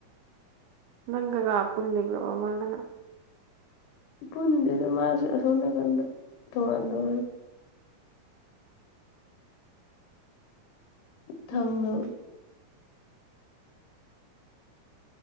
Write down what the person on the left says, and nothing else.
ꯄꯨꯟꯗꯦꯗꯥ ꯃꯥꯁꯨ ꯑꯁꯣꯟ ꯅꯥꯀꯟꯗ ꯇꯣꯉꯥꯟ ꯇꯣꯉꯥꯟꯅꯤ ꯊꯪꯅꯨ